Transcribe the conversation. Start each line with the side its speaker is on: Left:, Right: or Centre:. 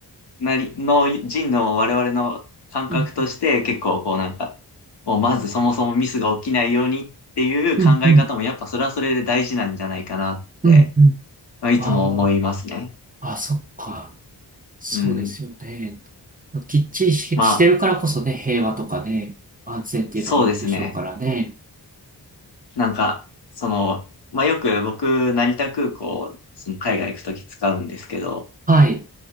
Left: なりの人の我々の感覚として結構こうなんか、
Right: うん、
Left: もうまずそもそもミスが起きないようにっていう考え方もやっぱそれはそれで大事なんじゃないかなって、
Right: うん、うん、うん。うん
Left: まあ、いつも思いますね。
Right: ああ、あ、そっか。そうですよね。
Left: うん。
Right: きっちりし、
Left: まあ、
Right: してるからこそね、平和とかね、安全っていうのがあるんでしょうからね。
Left: そうですね。なんか、その、まあよく僕、成田空港、その海外行くとき使うんですけど、
Right: はい。